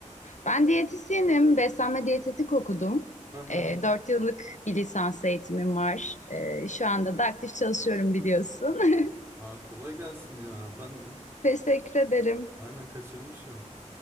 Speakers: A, on the left; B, on the right.
A: Ben diyetisyenim, beslenme diyetetik okudum.
B: Hı hı.
A: E, 4 yıllık bir lisans eğitimim var. E, şu anda da aktif çalışıyorum biliyorsun. <laughs>
B: Aa kolay gelsin ya. Ben
A: Teşekkür ederim.
B: <laughs> aynen kaçırmışım.